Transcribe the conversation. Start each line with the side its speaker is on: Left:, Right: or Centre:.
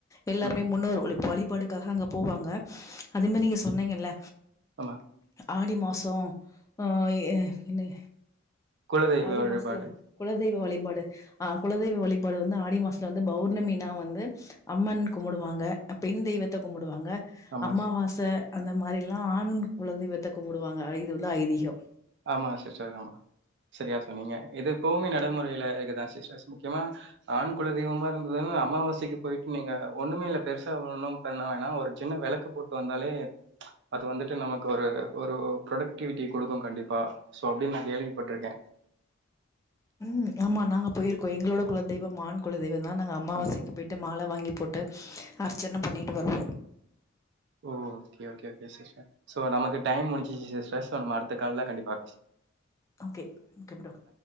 Left: எல்லாருமே
Right: ம்
Left: முன்னோர் வழி வழிபடுத் தாக‌ அங்க போவாங்க அதேமாரி நீங்க சொன்னீங்கல்ல
Right: ஆமா
Left: ஆடி மாசோ அ எ என்னே
Right: குலதெய்வ
Left: ஆடி
Right: வழிபாடு
Left: மாசத்துல குலதெய்வ வழிபாடு ஆ குலதெய்வ வழிபாடு வந்து ஆடி மாசத்துல வந்து பௌர்ணமின்னா வந்து அம்மன் கும்புடுவாங்க அ பெண் தெய்வத் த கும்புடுவாங்க
Right: ஆமா
Left: அம்மாவாச அந்த மாரிலா ஆண் குலதெய்வத் த கும்புடுவாங்க ஐதுல்ல ஐதீகோ
Right: ஆமாங்க சிஸ்டர் ஆமா செரியா சொன்னீங்க இது கோமி நடைமுறையில இருக்குதா சிஸ்டர்ஸ் முக்கியமா ஆண் குலதெய்வமா இருந்ததுன்னா அமாவாசைக்கு போயிட்டு நீங்க ஒண்ணுமே இல்ல பெருசா ஒன்னும் பண்ண வேணா ஒரு சின்ன வெளக்கு போட்டு வந்தாலே அது வந்துட்டு நமக்கு ஒரு ஒரு ப்ரொடக்டிவிட்டி குடுக்கு கண்டிப்பா சோ அப்டின்னு நா கேள்விப்பட்ருக்கே
Left: ம் ஆமா நாங்க போயிருக்கோ எங்களோட குலதெய்வம் ஆண் குலதெய்வ தா நாங்க அமாவாசைக்கு
Right: அ
Left: போயிட்டு மால வாங்கி போட்டு அர்ச்சன பண்ணிட்டு வருவோ
Right: ஓ okay okay okay sister so நமக்கு டைம் முடிஞ்ச்சு சிஸ்டர் சோ நம்ம அடுத்த கால்ல கண்டிப்பா பேசலா
Left: ஓகே ஓகே ப்ரோ